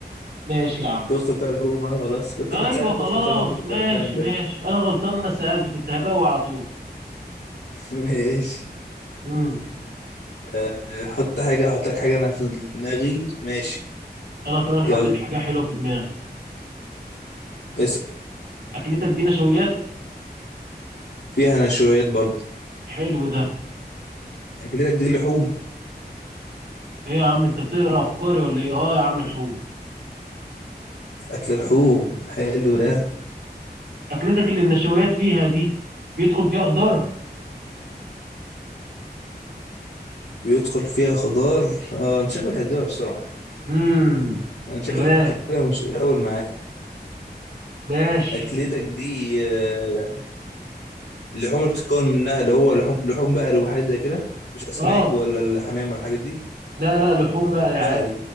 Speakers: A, on the right; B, on the left.
A: ماشي يا عم
B: بدخل فيها الهوم أهو خلاص كنت
A: ما
B: كنت
A: ايوه
B: سالت بدخل
A: خلاص
B: فيها الهوم دي كنت
A: ماشي
B: عرفتها من بدري
A: ماشي انا غلطان انا سألت كنت هجاوب على طول
B: <laughs> ماشي
A: امم
B: آه، حط حاجه احط لك حاجه انا في دماغي ماشي
A: انا كمان حطيت
B: يلا
A: حاجة حلوة في دماغي
B: اسال
A: اكلتك دي نشويات
B: فيها نشويات برضو
A: حلو ده
B: اكلتك دي لحوم
A: ايه يا عم انت بتقرا افكاري ولا ايه اه يا عم الحوت
B: أكل لحوم حلو ده
A: مم. اكلتك اللي النشويات فيها دي بيدخل فيها خضار
B: بيدخل فيها خضار اه انت شكلك هتجيبها بسرعة
A: امم
B: انا شكلك
A: تمام
B: كده مش هطول معاك
A: ماشي
B: أكلتك دي آه، اللحوم اللي بتتكون منها اللي هو لحوم لحوم بقري وحاجة زي كده مش أسماك
A: اه
B: ولا الحمام ولا الحاجات دي
A: لا لا لحوم بقى يا عادي
B: بقري